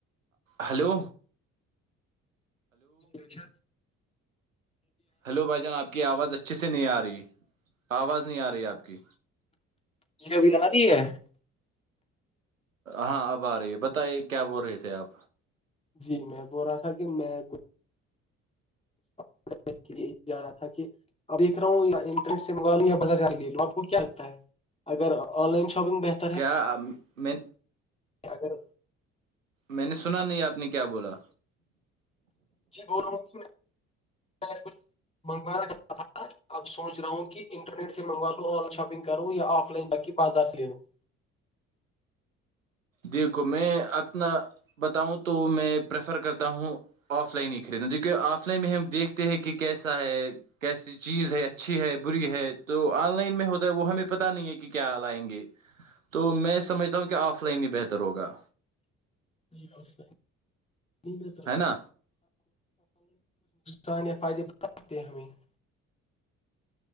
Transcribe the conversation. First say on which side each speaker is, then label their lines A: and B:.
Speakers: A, on the right (about 85°); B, on the left (about 15°).
A: ہیلو
B: جس
A: ہلو بھائی جان آپ کی آواز اچھی سے نہیں آ رہی آواز نہیں آ رہی آپ کی
B: جی ابھی آ رہی ہے <unintelligible>
A: ہاں اب آ رہی ہے بتے کیا بول رہے تھے آپ
B: جی میں بول رہا تھا کہ میں <unintelligible> نے کے لیے یہ جا رہا تھا کہ <unintelligible> ا دیکھ رہا ہ یا انٹرٹ سے مگا ل یا بازار ج لے لو آپ کو کیا لگتا ہے <unintelligible> اگر آن لائن شاپنگ ب <unintelligible>
A: کیا میں
B: اگر
A: میں نے سنا نہیں آپ نے کیا بولا
B: جی بول رہا ہوں کچھ منگوانا چاہ تھا <unintelligible> اب سوچ رہا ہوں کہ انٹرنیٹ سے منگوا لوں آن لائن شاپنگ کروں یا آف لائن تقی بازار سے لے لوں <unintelligible>
A: دیکھو میں اپنا بتاؤں تو میں پریفر کرتا ہوں آف لائن ہی خریدنا جوکہ آف لائن میں ہم دیکھتے ہیں کہ کیسا ہے کیسی چیز ہے اچھی ہے بری ہے تو آن لائن میں ہوتا ہے وہ ہمیں پتہ نہیں ہے کہ کیا لائیں گے تو میں سمجھتا ہوں کہ آف لائن ہی بہتر ہوگا
B: ٹھیک ہے <unintelligible>
A: ہے نا
B: سان فائدے د ہم <unintelligible>